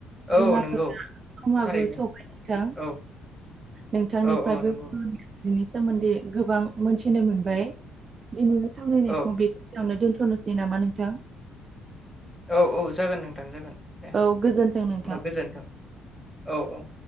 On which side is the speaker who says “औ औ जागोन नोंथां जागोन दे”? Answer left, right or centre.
Centre